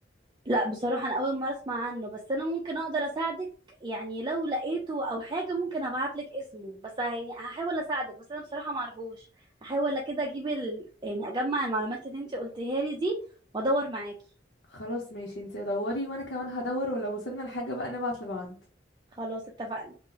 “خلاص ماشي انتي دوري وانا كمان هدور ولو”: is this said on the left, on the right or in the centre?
Left